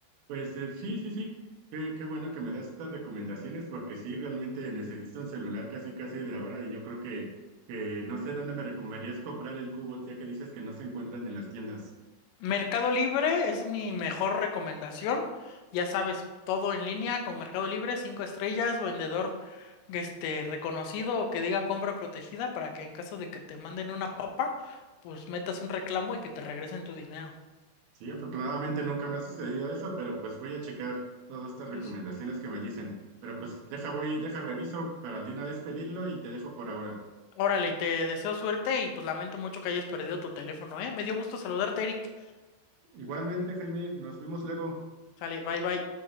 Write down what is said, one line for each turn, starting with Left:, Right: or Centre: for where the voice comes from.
Right: pues eh, sí, sí, sí. Qué, qué bueno que me das estas recomendaciones porque sí, realmente necesito un celular casi, casi de ahora y yo creo que, que no sé dónde me recomendarías comprar el cubo, ya que dices que no se encuentran en las tiendas.
Left: Mercado Libre es mi mejor recomendación. Ya sabes, todo en línea con Mercado Libre, cinco estrellas, vendedor este reconocido o que diga compra protegida para que en caso de que te manden una papa, pues metas un reclamo y que te regresen tu dinero.
Right: Sí, afortunadamente nunca me ha sucedido
Left: Ujú,
Right: eso, pero pues voy a checar todas estas recomendaciones
Left: Sí, sí.
Right: que me dicen. Pero pues deja, voy, deja, reviso para de una vez pedirlo y te dejo por ahora.
Left: Órale, te deseo suerte y pues lamento mucho que hayas perdido tu teléfono, ¿eh? Me dio gusto saludarte, Eric.
Right: Igualmente, Jaime, nos vemos luego.
Left: Sale, bye bye.